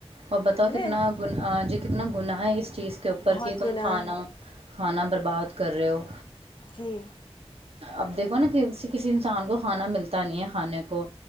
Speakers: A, on the right; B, on the left.
A: اور بتاؤ
B: ہے نا
A: کتنا گن جی کتنا ہو ن اس <unintelligible> چیز کے اوپر
B: بہت
A: کہ تم
B: گناہ
A: کھانا
B: ہے
A: کھانا برباد کر رہے ہو
B: جی
A: اب <unintelligible> دیکھو نا کسی کسی انسان کو کھانا ملتا نہیں ہے کھانے کو